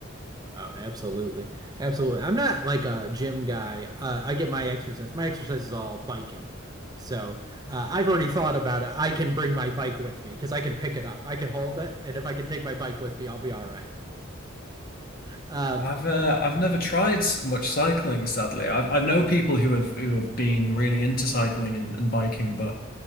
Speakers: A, on the right (about 20°); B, on the left (about 45°).
A: Oh, absolutely. Absolutely. I'm not like a gym guy. Uh, I get my exercise. My exercise is all biking. So uh, I've already thought about it. I can bring my bike with me because I can pick it up. I can hold it. And if I can take my bike with me, I'll be all right. Um,
B: I've uh, I've never tried s- much cycling, sadly. I've I've know people who have who have been really into cycling and, and biking, but